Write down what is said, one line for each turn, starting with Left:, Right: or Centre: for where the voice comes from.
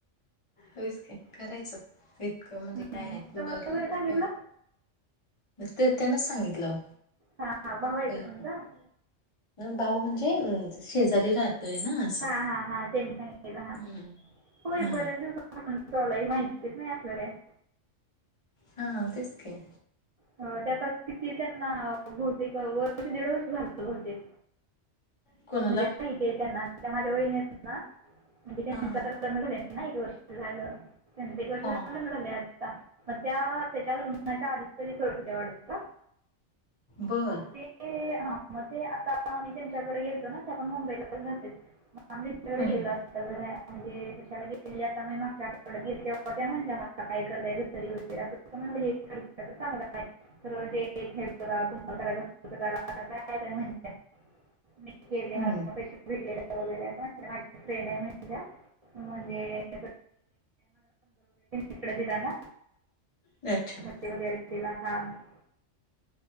Left: हेच की.. करायचं इतकं म्हणजे
Right: हम्म.
Left: काय आहे
Right: तुम्हाला
Left: बर
Right: कोणी
Left: ल्बा
Right: सांगितलं
Left: ते.. त्यांनच सांगितलं.
Right: हा.. भाऊ आहे
Left: भैयाना
Right: का तुमचा?
Left: भाऊ म्हणजेअ.. शेजारी राहतोय ना. असं.
Right: हा.. हा.. हा.. त्यांचं
Left: हम्म
Right: <inaudible> होईल
Left: हा
Right: बऱ्याच दिवसांन त्योला माहिती नाही असलं काय.
Left: हा.. तेच की
Right: अ.. त्याचा किती त्यांना बहुतेक वर्ष दीड वर्ष झालं बहुतेक
Left: कोणाला
Right: म्हणजे <unintelligible> पहिले त्यांना माझ्या वहिनी येतेत ना <unintelligible> त्यांचं
Left: हा हा हा
Right: लग्न झालं एक वर्ष झालं, त्यांचा एक वर्ष
Left: हा
Right: झालं
Left: हा
Right: लग्न झालंय आता. मग त्या त्याच्या लग्नाच्या आधी घरी करत होत्या वाटतं,
Left: बर
Right: मग मी ते.. ह.. मग ते आता आम्ही त्यांच्याकडे गेतो ना त्या पण मुंबईलाच राहतेत. आम्ही त्यांच्याकडे
Left: हम्म
Right: गेलेलात. <unintelligible> म्हणजे कशाला गेली आता मागच्या आठवड्यात गेली तेव्हा त्या म्हणल्या मला <unintelligible> <unintelligible> <unintelligible>
Left: हम्म
Right: <unintelligible> म्हणजे <inaudible> तिकडं दिला ना.
Left: लच्छा
Right: <unintelligible>